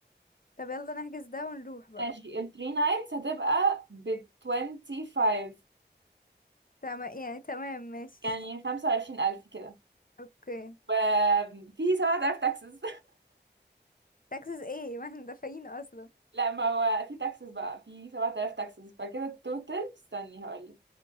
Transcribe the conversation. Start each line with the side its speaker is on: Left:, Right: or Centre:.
Left: طب يلا نحجز ده ونروح بقى
Right: ماشي ال 3 نايتس هتبقى ب 25
Left: تمام يعني تمام ماشي
Right: يعني 25000 كده
Left: اوكي
Right: وفي 7000 تاكسز
Left: تاكسس ايه <laughs> ما احنا دافعين اصلا
Right: لا ما هو في تاكسس بقى في 7000 تاكسس فكده التوتال استني هقولك